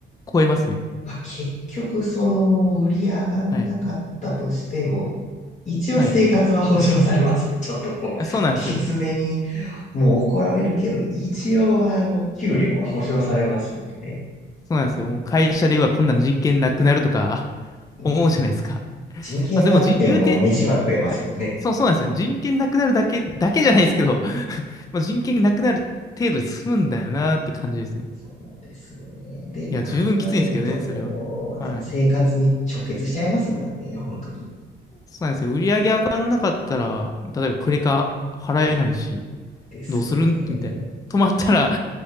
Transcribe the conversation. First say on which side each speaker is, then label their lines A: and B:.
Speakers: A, on the left; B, on the left.
A: 超えますね。
B: まあ、結局、その、売り上がんなかったとしても、
A: はい。
B: 一応生活は保障されますね。
A: はい。
B: <laughs> ちょっとこう、
A: あ、そうなんですよ。
B: きつめに、もう怒られるけど、一応、あの、給料は保障されますもんね。
A: そうなんですよ。もう会社ではこんなん人権なくなるとか <laughs>
B: ね、
A: 思うじゃないですか。
B: 人権なくても飯は食えますもんね。
A: まあ、それもじ、言うて、はい。そう、そうなんですよ。人権なくなるだけ、だけじゃないですけど、<laughs> まあ、人権なくなる程度で済むんだよなって感じですね。
B: そうなんですよね。でも考えると、
A: いや、十分きついんですけどね、それは。はい。
B: でも生活に直結しちゃいますもんね。本当に。
A: そうなんですよ。売り上げ上がんなかったら、例えばクレカ払えないし、
B: ですよね。
A: どうするんみたいな。止まったら、